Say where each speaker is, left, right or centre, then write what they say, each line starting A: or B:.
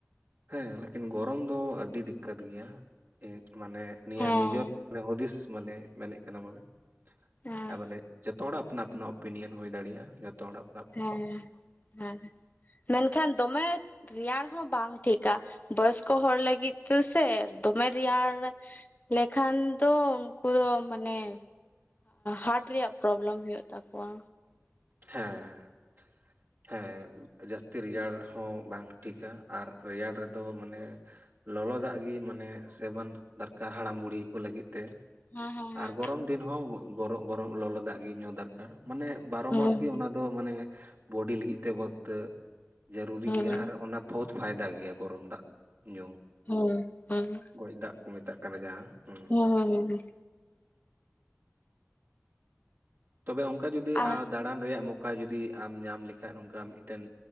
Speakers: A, on the right; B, on the left.
A: ᱦᱮᱸ ᱞᱮᱠᱤᱱ ᱜᱚᱨᱚᱢ ᱫᱚ ᱟᱹᱰᱤ ᱫᱤᱠᱠᱟᱛ ᱜᱮᱭᱟ᱾ ᱢᱟᱱᱮ ᱱᱤᱭᱟᱹ
B: ᱦᱮᱸ
A: ᱱᱤᱡᱮᱨ ᱦᱩᱫᱤᱥ ᱢᱟᱱᱮ ᱢᱮᱱᱮᱫ ᱠᱟᱱᱟ ᱵᱚᱞᱮ᱾
B: ᱦᱮᱸ
A: ᱛᱟ ᱵᱚᱞᱮ ᱡᱚᱛᱚ ᱦᱚᱲᱟᱜ ᱟᱯᱱᱟ ᱟᱯᱱᱟ ᱚᱯᱤᱱᱤᱭᱚᱱ ᱦᱩᱭ ᱫᱟᱲᱮᱭᱟᱜᱼᱟ ᱡᱚᱛᱚ ᱦᱚᱲᱟᱜᱼᱼ
B: ᱦᱮᱸ ᱦᱮᱸ ᱢᱮᱱᱠᱷᱟᱱ ᱫᱚᱢᱮᱼᱼ ᱨᱮᱭᱟᱲ ᱦᱚᱸ ᱵᱟᱝ ᱴᱷᱤᱠᱟ ᱵᱚᱭᱚᱥᱠᱚ ᱦᱚᱲ ᱞᱟᱹᱜᱤᱫ ᱛᱮᱥᱮ ᱫᱚᱢᱮ ᱨᱮᱭᱟᱲᱼᱼ ᱞᱮᱠᱷᱟᱱ ᱫᱚ ᱩᱱᱠᱩ ᱫᱚ ᱢᱟᱱᱮᱼᱼ ᱦᱟᱨᱴ ᱨᱮᱭᱟᱜ ᱯᱨᱚᱵᱞᱮᱢ ᱦᱩᱭᱩᱜ ᱛᱟᱠᱚᱣᱟ᱾
A: ᱦᱮᱸ ᱦᱮᱸ ᱡᱟᱹᱥᱛᱤ ᱨᱮᱭᱟᱲ ᱦᱚᱸ ᱵᱟᱝ ᱴᱷᱤᱠᱟ ᱟᱨ ᱨᱮᱭᱟᱲ ᱨᱮᱫᱚ ᱢᱟᱱᱮᱼᱼ ᱞᱚᱞᱚ ᱫᱟᱜ ᱜᱤ ᱢᱟᱱᱮ ᱥᱮᱵᱚᱱ ᱫᱚᱨᱠᱟᱨ ᱦᱟᱲᱟᱢ ᱵᱩᱲᱦᱤ ᱠᱚ ᱞᱟᱹᱜᱤᱫ ᱛᱮᱼᱼ
B: ᱦᱮᱸ ᱦᱮᱸ
A: ᱟᱨ
B: ᱦᱮᱸ
A: ᱜᱚᱨᱚᱢ ᱫᱤᱱ ᱦᱚᱸ ᱜᱚᱨᱚᱢ ᱞᱚᱞᱚ ᱫᱟᱜ ᱜᱤ ᱧᱩ ᱫᱚᱨᱠᱟᱨ ᱢᱟᱱᱮ ᱵᱟᱨᱚ
B: ᱦᱩᱸ
A: ᱢᱟᱥᱼᱼ ᱢᱟᱱᱮ ᱵᱚᱰᱤ ᱞᱟᱹᱜᱤᱫ ᱛᱮ ᱵᱚᱛ ᱡᱟᱹᱨᱩᱨᱤ ᱜᱮᱭᱟ
B: ᱦᱩᱸ
A: ᱟᱨ ᱚᱱᱟᱼᱼ ᱵᱚᱦᱩᱛ ᱯᱷᱟᱭᱫᱟ ᱜᱮᱭᱟ ᱜᱚᱨᱚᱢ ᱫᱟᱜ ᱧᱩ᱾
B: ᱦᱳᱭ ᱦᱩ
A: ᱜᱚᱡ ᱫᱟᱜ ᱠᱚ ᱢᱮᱛᱟᱜ ᱠᱟᱱᱟ ᱡᱟᱦᱟᱸ ᱦᱩᱸ ᱾
B: ᱦᱩᱸ ᱦᱩᱸ
A: ᱛᱚᱵᱮ ᱚᱱᱠᱟ ᱡᱩᱫᱤ
B: ᱟᱨ
A: ᱫᱟᱲᱟᱱ ᱨᱮᱭᱟᱜᱼᱼ ᱢᱚᱠᱟ ᱡᱩᱫᱤ ᱟᱢ ᱧᱟᱢ ᱞᱮᱠᱷᱟᱱ ᱚᱱᱠᱟ ᱢᱤᱫᱴᱮᱱ